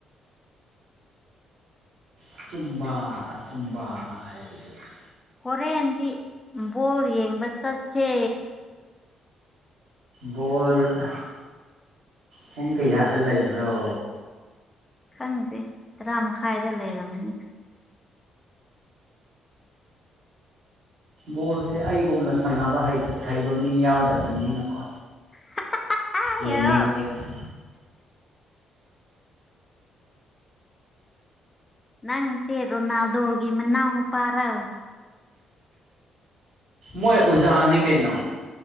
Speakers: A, on the right (about 80°); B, on the left (about 20°).
A: ꯑꯆꯨꯝꯕ ꯑꯆꯨꯝꯕ ꯍꯥꯏꯕꯗꯨꯅꯦ
B: ꯍꯣꯔꯦꯟꯗꯤ ꯕꯣꯜ ꯌꯦꯡꯕ ꯆꯠꯁꯦ
A: ꯕꯣꯜ ꯑꯥ ꯄꯨꯡ ꯀꯌꯥꯗ ꯂꯩꯕ꯭ꯔꯣ
B: ꯈꯪꯗꯦ ꯇꯔꯥ ꯃꯈꯥꯏꯗ ꯂꯩꯔꯝꯒꯅꯤ
A: ꯕꯣꯜꯁꯦ ꯑꯩꯒꯨꯝꯅ ꯁꯥꯟꯅꯕ ꯍꯩꯇ ꯍꯩꯕ ꯃꯤ ꯌꯥꯎꯗꯕꯅꯤꯅꯀꯣ
B: ꯍꯥꯍꯥ ꯍꯥ ꯍꯥꯏꯌ‌ꯣ
A: ꯌꯦꯡꯅꯤꯡꯗꯦꯅꯦ
B: ꯅꯪ ꯁꯦꯔꯣꯅꯥꯗꯧꯔꯒꯤ ꯃꯅꯥꯎꯅ ꯄꯥꯔ
A: ꯃꯣꯏ ꯎꯖꯥꯅꯤ ꯀꯩꯅ